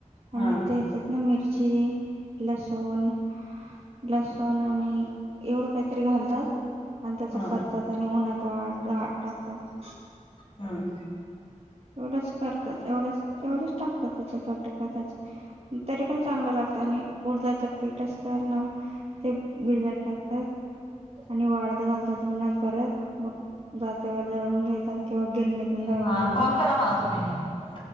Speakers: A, on the left (about 45°); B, on the right (about 50°).
A: हा
B: आणि ते तेच्यात ना मिरची, लसूण लसूण आणि एवढं काहीतरी घालतात. आणि त्याच
A: हा
B: करतात. आणि उन्हात वाळत <unintelligible> टाकतात.
A: ह
B: एवढंच करतात. एवढच, एवढच टाकतात त्याच्यात वाटतं कदाचित. तरी पण चांगलं लाग आणि उडदाच पीठ असत ना, ते बिजत टाकतात.
A: <inaudible>
B: आणि वाळत घालतात उन्हात परत. मग जात्यावर जळवून घेतात. किंवा गिरणीतून दळून
A: हा
B: आणतात.
A: कॉल करा मला तुम्ही